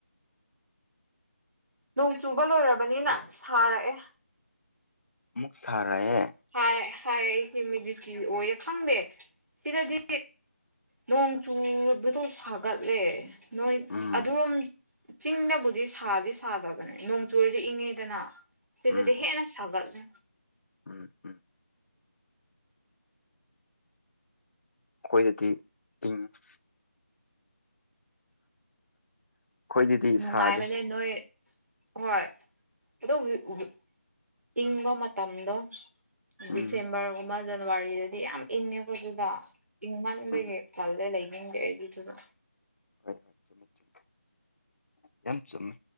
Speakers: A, on the right; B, on the left.
A: ꯅꯣꯡ ꯆꯨꯕ ꯂꯣꯏꯔꯕꯅꯤꯅ ꯁꯥꯔꯛꯑꯦ꯫
B: ꯑꯃꯨꯛ ꯁꯥꯔꯛꯑꯦ꯫
A: ꯍꯥꯏ ꯍꯥꯏ ꯍ꯭ꯌꯨꯃꯤꯗꯤꯇꯤ ꯑꯣꯏꯌꯦ ꯈꯪꯗꯦ ꯁꯤꯗꯗꯤ ꯅꯣꯡ ꯆꯨꯕꯗꯣ ꯁꯥꯒꯠꯂꯦ ꯅꯣꯏ
B: ꯎꯝ
A: ꯑꯗꯣꯝ ꯆꯤꯡꯗꯕꯨꯗꯤ ꯁꯥꯗꯤ ꯁꯥꯗꯕꯅꯦ ꯅꯣꯡ ꯆꯨꯔꯗꯤ ꯏꯪꯉꯤꯗꯅ ꯁꯤꯗꯗꯤ
B: ꯎꯝ
A: ꯍꯦꯟꯅ ꯁꯥꯒꯠꯂꯦ꯫
B: ꯎꯝ ꯎꯝ꯫ ꯑꯩꯈꯣꯏꯒꯤꯗꯤ ꯏꯪꯉꯤ꯫ ꯑꯩꯈꯣꯏꯗꯗꯤ
A: ꯅꯨꯡꯉꯥꯏꯕꯅꯦ
B: ꯁꯥꯗꯦ
A: ꯅꯣꯏ ꯍꯣꯏ <unintelligible> ꯏꯒꯣ ꯃ ꯇꯝꯗꯣ ꯗꯤꯁꯦꯝꯕꯔꯒꯨꯝꯕ
B: ꯎꯝ
A: ꯖꯅꯋꯥꯔꯤꯗꯗꯤ ꯌꯥꯝ ꯏꯪꯉꯦꯀꯣ ꯑꯗꯨꯗ ꯏꯪꯃꯟꯕꯒꯤ
B: ꯎꯝ
A: ꯈꯜꯂ ꯂꯩꯅꯤꯡꯗꯦ ꯑꯩꯒꯤꯗꯨꯅ
B: ꯍꯣꯏ ꯍꯣꯏ ꯆꯨꯝꯃꯦ ꯆꯨꯝꯃꯦ ꯌꯥꯝ ꯆꯨꯝꯃꯦ